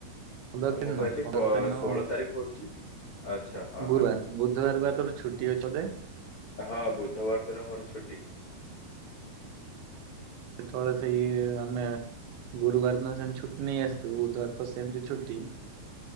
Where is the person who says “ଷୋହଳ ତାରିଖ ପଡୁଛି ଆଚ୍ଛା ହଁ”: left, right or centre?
Left